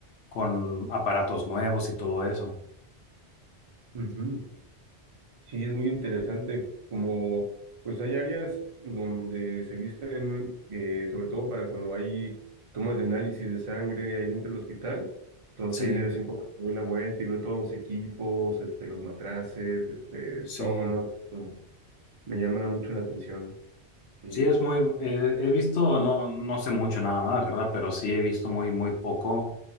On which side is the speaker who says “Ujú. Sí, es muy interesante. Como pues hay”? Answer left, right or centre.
Right